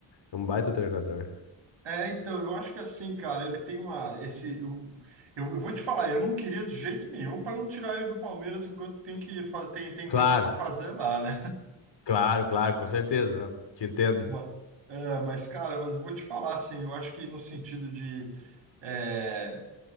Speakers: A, on the left; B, on the right.
A: É um baita treinador.
B: É, então, eu acho que é assim, cara, ele tem uma, esse, eu, eu, eu vou te falar, eu não queria de jeito nenhum para não tirar ele do Palmeiras enquanto tem que fa- tem, tem
A: Claro,
B: coisa para fazer lá, né?
A: claro, claro, com certeza, né? Te entendo.
B: <laughs> Ma- é, mas, cara, mas eu vou te falar assim, eu acho que no sentido de é,